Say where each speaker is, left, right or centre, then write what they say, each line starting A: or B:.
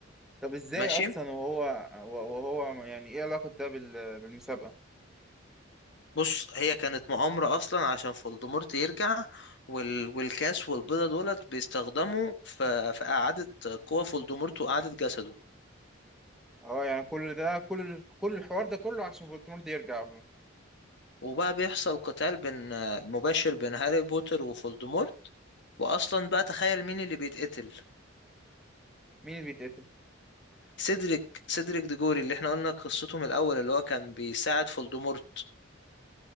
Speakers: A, in the centre; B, on the left (about 60°).
A: طب ازاي
B: ماشي
A: اصلا وهو وهو يعني ايه علاقة ده بال- بالمسابقة
B: بص هي كانت مؤامرة أصلا عشان فولدمورت يرجع وال... والكاس والبيضة دولت بيستخدموا في, في إعادة قوة فولدمورت وإعادة جسده
A: اه يعني كل ده كل ال- كل الحوار ده كله عشان فولتمورت يرجع
B: وبقى بيحصل قتال بين مباشر بين هاري بوتر وفولدمورت وأصلا بقى تخيل مين اللي بيتقتل
A: مين اللي بيتقتل
B: سيدريك سيدريك ديجوري اللي احنا قلنا قصته من الأول اللي هو كان بيساعد فولدمورت